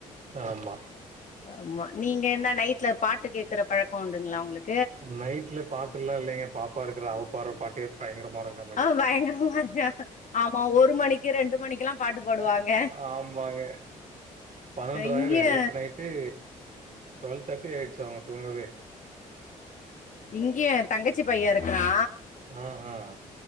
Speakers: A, on the right; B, on the left.
A: ஆமா
B: ஆமா நீங்க என்ன நைட்ல பாட்டு கேக்குற பழக்க உண்டுங்களா உங்களுக்கு
A: நைட்ல பாட்டுலா இல்லைங்க பாப்பா இருக்குறா அவ பாடுற பாட்டே பயங்கரமாருக் நமக்கு
B: ஆ பயங்கரமா இருக்கு ஆமா ஒரு மணிக்கு ரெண்டு மணிக்குல்லா பாட்டு பாடுவாங்க
A: ஆமாங்க பன்னெண்ட்ர
B: இங்கேயு
A: ஆயிரு நேத் நைட்டே டுவெல் தேட்டி ஆயிடுச்சு அவ்ங்க தூங்கவே
B: இங்கயு ஏ தங்கச்சி பையே இருக்குறா
A: ஆ ஹான்